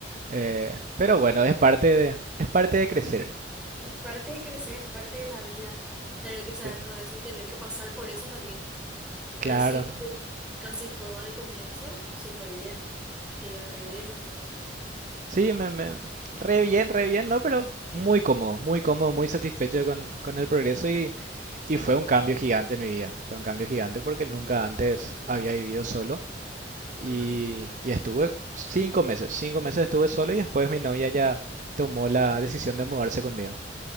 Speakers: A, on the right; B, in the centre.
A: eh, pero bueno, es parte de, es parte de crecer.
B: Es parte de crecer, es parte de la vida, tener que saber
A: Sí,
B: todo eso y tener que pasar por eso también.
A: claro.
B: Pero sí, pues, casi todo al comienzo, súper bien. Te iba re bien entonces.
A: Sí, me, me- re bien, re bien, ¿no? Pero muy cómodo, muy cómodo, muy satisfecho con, con el progreso y, y fue un cambio gigante en mi vida. Fue un cambio gigante porque nunca antes había vivido solo y,
B: Ajá.
A: y estuve cinco meses, cinco meses estuve solo y después mi novia ya tomó la decisión de mudarse conmigo.